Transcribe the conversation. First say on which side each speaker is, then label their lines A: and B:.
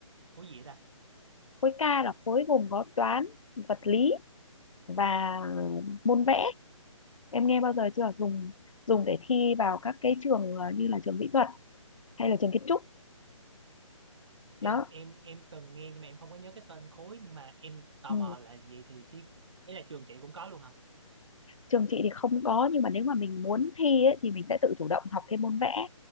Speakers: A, on the right (about 55°); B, on the left (about 70°).
A: khối gì vậy ta
B: khối K là khối gồm có toán vật lý và môn vẽ em
A: ồ
B: nghe bao giờ chưa dùng dùng để thi vào các cái trường ờ, như là trường mỹ thuật hay là trường kiến trúc
A: em
B: đó
A: em em từng nghe nhưng mà em không có nhớ cái tên khối nhưng mà em tò
B: ừ.
A: mò là vậy thì cái ấy là trường chị cũng có luôn hả
B: trường chị thì không có nhưng mà nếu mà mình muốn thi ấy, thì mình sẽ tự chủ động học thêm môn vẽ